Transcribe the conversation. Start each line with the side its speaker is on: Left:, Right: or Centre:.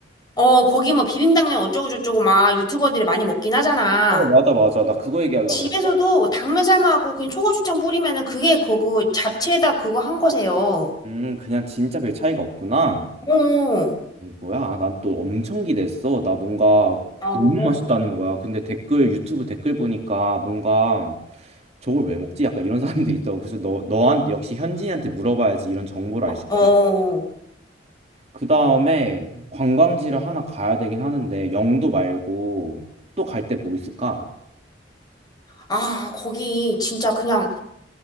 Left: 어, 거기 뭐 비빔당면 어쩌고저쩌고 막 유튜버들이 많이 먹긴 하잖아.
Right: 어, 맞아, 맞아. 나 그거 얘기하려고
Left: 집에서도
Right: 그랬어.
Left: 뭐 당면 삶아갖고 그냥 초고추장 뿌리면은 그게 그거 잡채에다 그거 한 거세요.
Right: 음, 그냥 진짜 별 차이가 없구나.
Left: 어,
Right: 이게 뭐야? 난 또 엄청 기대했어. 나 뭔가
Left: 어.
Right: 너무 맛있다는 거야. 근데 댓글, 유튜브 댓글 보니까 뭔가 저걸 왜 먹지? 약간 이런 <laughs> 사람들이 있다고. 그래서 너, 너한, 역시 현진이한테 물어봐야지 이런 정보를 알 수
Left: 어.
Right: 있다. 그 다음에 관광지를 하나 가야 되긴 하는데, 영도 말고 또 갈 때 뭐 있을까?
Left: 아, 거기 진짜 그냥